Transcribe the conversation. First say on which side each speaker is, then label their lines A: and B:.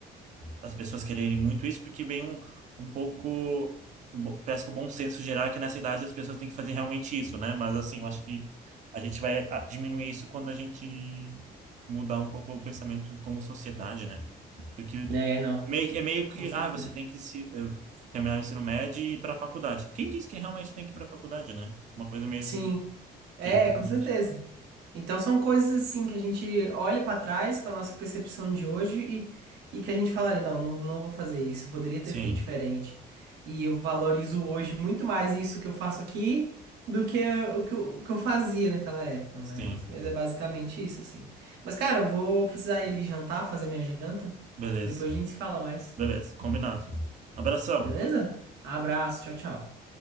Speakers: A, on the right (about 45°); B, on the right (about 80°).
A: as pessoas quererem muito isso, porque vem um, um pouco. um bo- Parece que o bom senso geral é que nessa idade as pessoas têm que fazer realmente isso, né? Mas assim, eu acho que a gente vai ah, diminuir isso quando a gente mudar um pouco o pensamento como sociedade, né? Porque
B: É, não,
A: meio, que- é meio que,
B: com certeza.
A: ah, você tem que se, eh, terminar o ensino médio e ir para a faculdade. Quem disse que realmente tem que ir para a faculdade, né? Uma coisa meio
B: Sim.
A: assim
B: É,
A: que a gente.
B: com certeza. Então são coisas assim que a gente olha pra trás com a nossa percepção de hoje e, e que a gente fala, não, não, não vou fazer isso, eu poderia ter
A: Sim,
B: feito diferente. E eu valorizo hoje muito mais isso que eu faço aqui do que o que eu, o que eu fazia naquela época, mas,
A: sim.
B: mas é basicamente isso, assim. Mas, cara, eu vou precisar ir ali jantar, fazer minha janta.
A: Beleza,
B: Depois a gente se fala mais,
A: beleza, combinado. Abração.
B: beleza? Abraço, tchau, tchau.